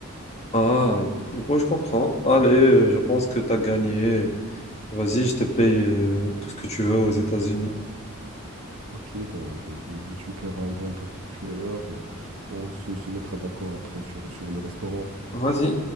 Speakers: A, on the left; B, on the right.
A: Ah, du coup, je comprends. Allez, euh, je pense que tu as gagné. Vas-y, je te paye euh, tout ce que tu veux aux États-Unis.
B: Ok, bah, bah- bah- bah, tu me paieras un bon burger. euh, On se, se mettra d'accord après sur, sur le restaurant.
A: Vas-y.